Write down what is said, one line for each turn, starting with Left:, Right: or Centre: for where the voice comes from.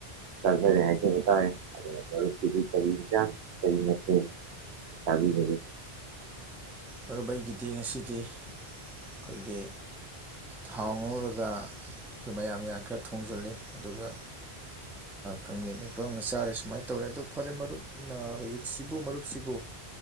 Right: ꯆꯥꯖꯔꯦ ꯍꯥꯏꯖꯕ ꯇꯥꯔꯦ ꯃꯔꯨꯞꯀꯤꯗꯤ ꯀꯩ ꯍꯦꯟꯖꯥꯡ ꯀꯔꯤ ꯃꯊꯦꯜ ꯆꯕꯤꯔꯒꯦ
Centre: ꯃꯔꯨꯞ ꯑꯩꯒꯤꯗꯤ ꯉꯁꯤꯗꯤ ꯑꯩꯈꯣꯏꯒꯤ ꯊꯥꯎ ꯉꯧꯔꯒ ꯑꯩꯈꯣꯏ ꯃꯌꯥꯟ ꯃꯌꯥꯟ ꯈꯔ ꯊꯣꯡꯖꯤꯜꯂꯤ ꯑꯗꯨꯒ ꯀꯥꯡꯃꯦꯠ ꯃꯦꯠꯄ ꯑꯝꯒ ꯆꯥꯔꯦ ꯁꯨꯃꯥꯏꯅ ꯇꯧꯔꯦ ꯑꯗꯨ ꯐꯔꯦ ꯃꯔꯨꯞꯅ ꯍꯧꯖꯤꯛꯁꯤꯕꯨ ꯃꯔꯨꯞꯁꯤꯕꯨ